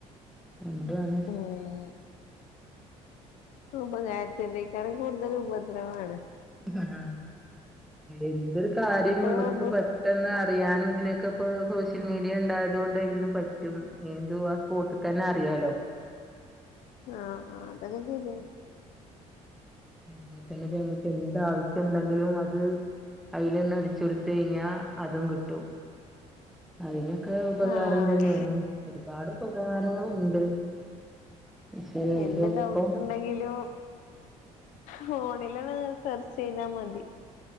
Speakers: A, in the centre; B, on the left.
A: രണ്ടു ആണ്
B: ഉം ഉപകാരത്തിനേക്കാളും കൂടുതല് ഉപദ്രവാണ്
A: ആഹ് എന്തൊരു കാര്യനി
B: ഇപ്പൊ
A: ഞമ്മക്കിപ്പം
B: ബുസ്
A: പ പെട്ടെന്ന് അറിയാനും ഇതിനൊക്കെ ഇപ്പോ സോഷ്യൽ മീഡിയ ഉണ്ടായതുകൊണ്ട് ഇതിൽന്ന് പറ്റും ഏന്തുവാ സ്പോട്ട് തന്നെ അറിയാലോ
B: ആഹ് ആഹ് അതൊക്കെ ശെരിയാ
A: അയിനിപ്പ എന്താവശ്യം ഉണ്ടെങ്കിലും അത് അയിലൊന്ന് അടിച്ച് കൊടുത്ത് കഴിഞ്ഞാ അതും കിട്ടും അയിനൊക്കെ ഉപകാരം
B: ആഹ്
A: തന്നെയാണ് ഒരുപാട് ഉപകാരങ്ങളുണ്ട് പക്ഷെ അയിന്റെ
B: എന്ത്
A: ഒപ്പം
B: ഡൗട്ടുണ്ടെങ്കിലും ഫോണിലണ് സെർച്ച്യ്താ മതി